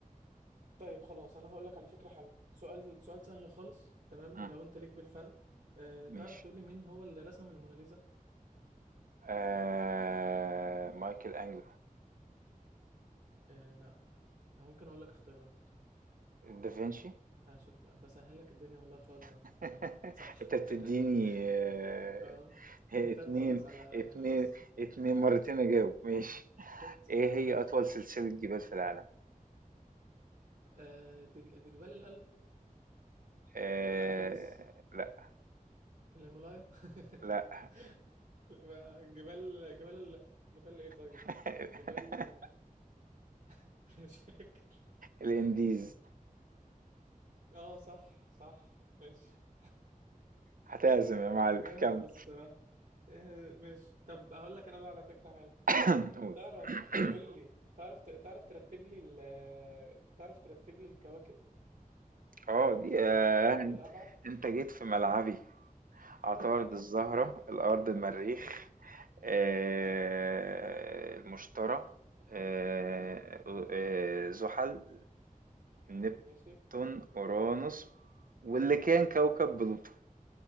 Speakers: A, on the right; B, on the right.
A: طيب خلاص انا هقول لك على فكره حلوه سؤال سؤال سهل خالص تمام
B: مم.
A: لو انت ليك بالفن آه
B: ماشي
A: تعرف تقول لي مين هو اللي رسم الموناليزا
B: آه... مايكل أنجلو
A: آه لا ممكن اقول لك اختيارات
B: دافنشي
A: هشوف بقى- بسهل لك الدنيا والله خالص اهو
B: <laughs>
A: اه صح
B: انت بتديني
A: <laughs>
B: آه،
A: اه
B: هي
A: هنتات
B: اتنين
A: خالص على
B: اتنين
A: يعني بص
B: اتنين مرتين اجاوب ماشي
A: شفت
B: ايه هي
A: ماشي
B: اطول سلسلة جبال في العالم
A: آه، دج- ده جبال الألب
B: آه
A: آه، بجس
B: لا
A: الهيمالايا <laughs>
B: لا
A: لا، جبال جبال ال- جبال ايه طيب
B: <laughs>
A: جبال <laughs> مش فاكر
B: الانديز
A: اه صح صح ماشي
B: هتعزم يا معلم
A: مش فاكرها
B: كمل
A: خالص الصراحة آه، ماشي طب هقول لك انا بقى على فكرة حلوة
B: <coughs> قول.
A: تعرف
B: <coughs>
A: تقول لي تعرف ت- تعرف ترتب لي ال... تعرف ترتب لي الكواكب
B: اه دي آه،
A: من الأقرب للأبعد
B: انت جيت في ملعبي عطارد
A: والله
B: الزهرة الارض المريخ
A: <laughs> ماشي
B: آه،
A: اه
B: المشتري آه،
A: اه
B: آه، زحل نبتون
A: ماشي
B: اورانوس واللي كان كوكب بلوتو